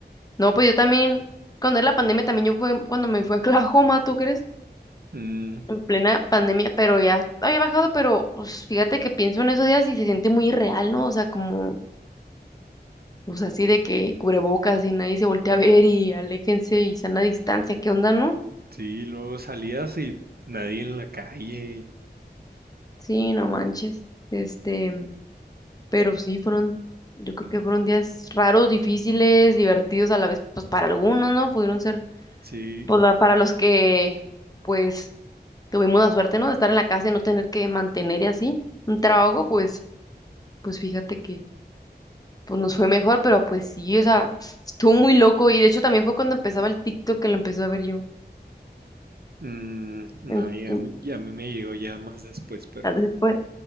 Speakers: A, on the left; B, on the right.
A: no, pues yo también, cuando era la pandemia, también yo fue cuando me fui a Oklahoma, ¿tú crees?
B: mm.
A: En plena pandemia, pero ya había bajado, pero pues, fíjate que pienso en esos días y se siente muy irreal, ¿no? O sea, como, pues así de que cubrebocas y nadie se voltea a ver y aléjense y sana distancia, ¿qué onda, no?
B: Sí, luego salías y nadie en la calle.
A: Sí, no manches. Este. Pero sí, fueron, yo creo que fueron días raros, difíciles, divertidos a la vez, pues para algunos, ¿no? Pudieron ser,
B: Sí.
A: pues la- para los que, pues, tuvimos la suerte, ¿no? De estar en la casa y no tener que mantener y así un trabajo, pues, pues fíjate que, pues nos fue mejor, pero pues sí, o sea, estuvo muy loco y de hecho también fue cuando empezaba el TikTok que lo empecé a ver yo.
B: Mm,
A: en-
B: no, ya,
A: en-
B: me- ya a mí me llegó ya más después, pero
A: a- Después.